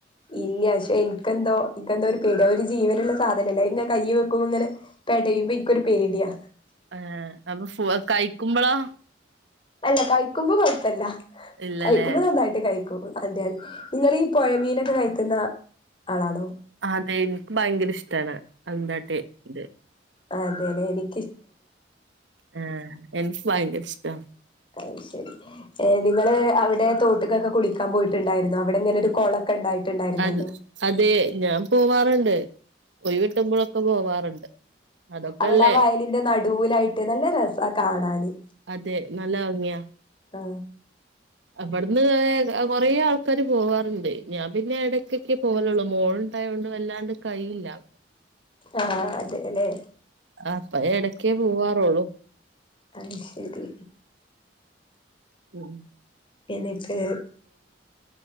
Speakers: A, on the left; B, on the right.
A: ഇല്ല പക്ഷെ എനക്ക്െന്തോ എനക്ക്െന്തോ ഒരു പിട ഒരു ജീവനുള്ളള്ള സാധനംല്ലേ കയ് വെക്കുമ്പോ ഇങ്ങനെ ക്യുമ്പോ എനിക്കൊരു പേടിയാണ്
B: ഏ അപ്പൊ ഫ കഴിക്കുമ്പോളാ
A: അല്ല കഴിക്കുമ്പോ കുഴപ്പല്ല
B: ഇല്ലല്ലേ
A: കഴിക്കുമ്പോ നന്നായിട്ട് കഴിക്കും അതെ അതെ നിങ്ങീഈ പുഴമീന എക്കുന്ന ആളാണോ
B: അതെ എനിക്ക് ഭയങ്കര ഇഷ്ടാണ് എന്താട്ടെ ഇത്
A: അതെന്നെ എനി
B: ആ എനിക്ക് ഭങ്കര ഇഷ്ടാ
A: അയി ശരി ഏ നിങ്ങളെ അവര തോട്ടക്കൊക്കെ കുളിക്കാൻ പോയിട്ടുണ്ടായിരുന്നു അവിടെ ഇങ്ങനിക്കൊരു കൊളൊക്കെ ഉണ്ടായിട്ടുണ്ടായിരുന്നല്ലോ
B: അ അതെ ഞാൻ പോവാറുണ്ടെ ഒയിവിട്ടുമ്പോ ഴൊക്കെ പോവാറുണ്ട് അതൊക്കെല്ലേ
A: അവിടാ വയലിന്റെ നടുവിലായിട്ട് നല്ല രസാ കാണാനെ
B: അതെ നല്ലങ്ങിയാ
A: ആ
B: അവിടുന്നേ കുറെേ ആൾക്കാരെ പോവാറുണ്ടേ ഞാൻ പിന്നെ ഇടയ് ക്കൊക്കെ പോവലുള്ളു മോൾ തായോണ്ട് വല്ലാണ്ട് കയിയില്ല
A: ആ അതെ അല്ലെ
B: അപ്പ എടയ്ക്കേ പോവാറുള്ളൂ
A: അയി ശരി
B: ഉം
A: എനിക്ക്